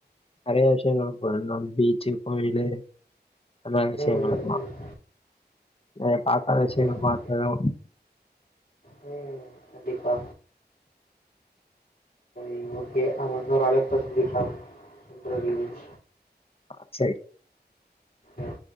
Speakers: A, on the left (about 35°); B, on the left (about 60°).
A: நெறைய விஷ்யங்கள் அப்றோ இன்னோன் பீச்சு, கோயிலு அந்த மாரி விஷ்யங்களுக்குலா
B: ம். ம், ம், ம்.
A: நெறைய பாக்காத
B: ஓகே,
A: விஷ்யங்கள் பாக்கணு
B: ஓகே. ம். கண்டிப்பா ம் ஓகே நாம இன்னோரு அழைப்புல சந்திக்கலா சென்று வருகிறேன்
A: ஆ சேரி
B: ம்.